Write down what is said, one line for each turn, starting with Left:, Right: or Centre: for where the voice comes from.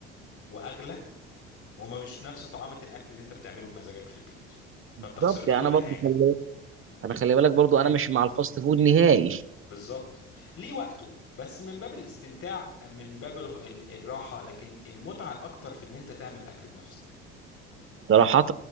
Left: واغلى وما مش نفس طعامة الاكل اللي انت بتعمله بمزاجك في البيت
Right: بالظبط
Left: فانت خسرت
Right: يعني
Left: كل
Right: انا برضو
Left: حاجة
Right: خلي... انا خلي بالك برضو انا مش مع الفاست فود نهائي
Left: بالظبط ليه وقته بس من باب الاستمتاع من باب ال- ال- الراحة لكن المتعة الاكتر في ان انت تعمل الاكل بنفسك
Right: صراحة